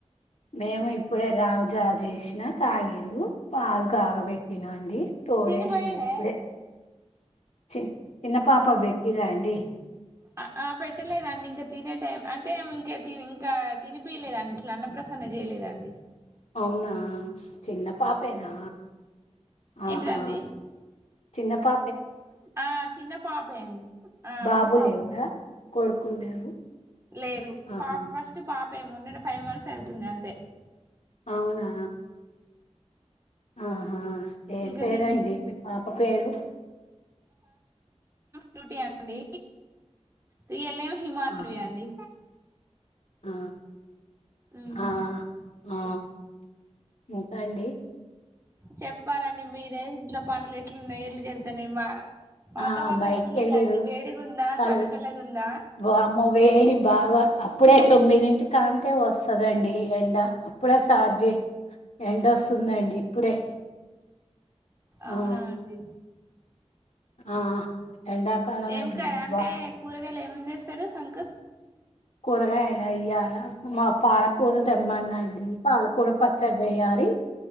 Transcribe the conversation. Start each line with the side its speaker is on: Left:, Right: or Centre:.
Left: మేము ఇప్పుడే రావుజావ చేసినా తాగినం పాలు కాగబెట్టినా అండి తోడేసినా
Right: తిని పోయిండే
Left: ఇప్పుడే చి చిన్న పాపకి పెట్టిరా అండి
Right: ఆ ఆ పెట్టలేదండి ఇంకా తినే టైం అంటే ఇంకా ఇంకా తినిపియలేదండి ఇట్లా అన్న ప్రసన్న చేయలేదండి
Left: అవునా చిన్న పాపేనా ఆ
Right: ఏంటిదండి
Left: ఆహా చిన్న పా
Right: ఆ చిన్న పాపే అండి ఆ
Left: బాబు
Right: ఒక పాపే
Left: లేడా కొడుకులు లేరు
Right: లేరు
Left: ఆహా
Right: పాప ఫస్ట్ పాప మ <unintelligible> నుండి ఫైవ్ మంత్స్ అవుతుంది అంతే
Left: అవునా ఆహా ఏం
Right: ఇంకా
Left: పేరుండి
Right: తిన్
Left: మీ పాప పేరు
Right: డ్యూటీ అ అండి రీయల్మి <unintelligible> హిమానవి
Left: ఆ
Right: అండి
Left: ఆ
Right: హమ్
Left: ఆ ఆ. ఇంకా అండి
Right: చెప్పాలండి మీరే ఇంట్లో పనులు కి న ఎల్గెళ్తా ఇ బ <unintelligible> వాతావరణం
Left: ఆ బయటికి
Right: ఎట్లుందండి
Left: వెళ్ళిర్రు
Right: వేడిగుందా
Left: చల్
Right: చల్ల చల్లగుందా
Left: వామ్మో వేడి బాగా అప్పుడే తొమ్మిది కనికే వస్తదండి ఎండ అప్పుడే స్టార్ట్ ఎండ వస్తుందండి ఇప్పుడే
Right: అవునా
Left: ఆ
Right: అండి
Left: ఆ ఎండాకాలమే
Right: ఎం
Left: అండి
Right: కార్ అంటే
Left: వా
Right: కు ఏమేం చేస్తాడు శంకర్
Left: కూరగాయలా ఇయ్యాల మా పాలకూర తెమ్మనండి పాలకూర పచ్చడి చేయాలి